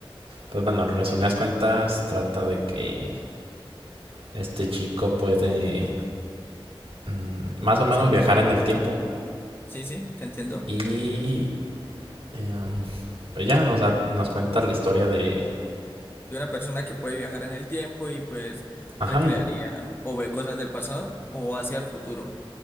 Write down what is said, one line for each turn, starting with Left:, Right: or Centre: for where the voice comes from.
Right: pues bueno, en resumidas cuentas trata de que este chico puede mm, más o menos
Left: sí,
Right: viajar en el tiempo
Left: sí, sí, te entiendo.
Right: y em, pues ya, o sea, nos cuenta la historia de...
Left: De una persona que puede viajar en el tiempo y pues
Right: Ajá,
Left: recrearía
Right: y-
Left: o ve cosas del pasado o hacia el futuro.